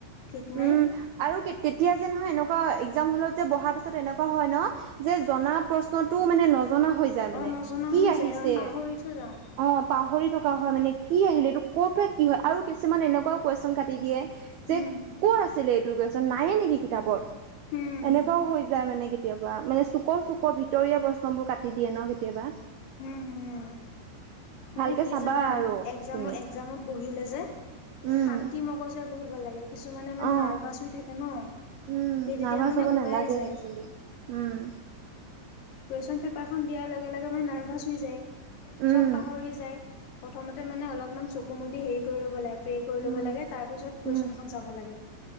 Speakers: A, on the left (about 70°); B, on the right (about 80°).
A: ঠিক নাই।
B: উম, আৰু তেতিয়া যে নহয় এনেকুৱা হ যে বহাৰ পিছত এনেকুৱা হয় ন যে জনা প্ৰশ্নতটো মানে জনা হৈ যায় মানে
A: অ নজনা
B: কি
A: হৈ
B: আহিছে।
A: যায় অ পাহৰি থৈ যাওঁ
B: অ, পাহৰি থকা হয় মানে কি আহিলে এইটোক। ক'ৰ পৰা কি হয় আৰু কিছুমান এনেকুৱাও কুৱেশ্যন কাটি দিয়ে।
A: উম।
B: ক'ৰ আছিলে এইটো কোৱেশ্যন নায়ে নেকি কিতাপত।
A: উম
B: এনেকুৱাও হৈ যায় মে মানে কেতিয়াবা মানে চুকৰ চুকৰ ভিতৰীয়া প্ৰশ্ন বোৰ কাটি দিয়ে ন কেতিয়াবা?
A: উম, উম। মানে
B: ভালকে
A: কি
B: চাবা
A: জানা
B: আৰু
A: এক্সামত
B: তুমি
A: এক্সামত বহি আছিলেযে
B: উম
A: শান্তি মগজৰে বহিব লাগে, কিছুমানে মানে
B: অ
A: নাৰ্ভাচ হৈ থাকে ন।
B: উম
A: সেই তেতিয়া
B: নাৰ্ভাছ
A: মানে
B: হ'ব
A: ওলাই
B: নালাগে
A: যায়।
B: একচুৱেলি উম
A: কুৱেশ্যন পেপাৰখন দিয়াৰ লগে লগে মানে নাৰ্ভাছ হৈ যায়,
B: উম
A: চব পাহৰি যায়। প্ৰথমতে মানে অলপমান চকু মুদি হেৰি কৰি ল'ব লাগে প্ৰে কৰি ল'ব
B: উম
A: লাগে, তাৰপিছত কুৱেশ্যনখন
B: উম
A: চাব লাগে।